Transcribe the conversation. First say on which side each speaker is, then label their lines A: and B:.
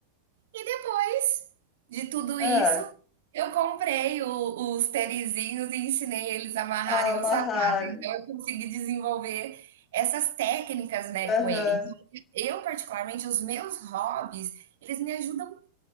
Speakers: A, on the right (about 55°); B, on the left (about 25°).
A: E depois de tudo
B: É.
A: isso, eu comprei o- os tenizinhos e ensinei eles a amarrarem
B: Ah, amarrar.
A: o sapato. Então eu consegui desenvolver essas técnicas, né,
B: Aham.
A: com ele. Então, eu particularmente os meus hobbies, eles me ajudam